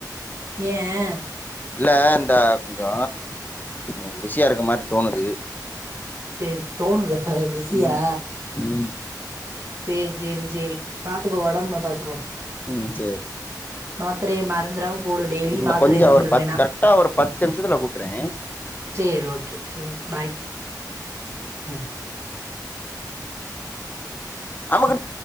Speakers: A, on the right; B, on the left.
A: ஏயே
B: இல்ல இந்த கொஞ்சோ ம் பிசியாருக்க மாரி தோணுது
A: சேர் தோணுதா பிஸியா
B: ம் ம்
A: சேரி சேரி சேரி பாத்துக்கோ ஒடம்ப பாத்துக்கோ
B: ம் சேரி
A: மாத்திரைய மறந்துறாம போடு டெய்லி
B: இந்த
A: மாத்திர
B: கொஞ்சோ
A: இதுன்னு
B: ஒரு
A: சொல்றேன்னா
B: பத்து கரெக்டா ஒரு பத்து நிமிஷத்துல கூப்ட்டுறே
A: சேரி ஓகே சேரி பாய் ம்
B: அம்முக்குட்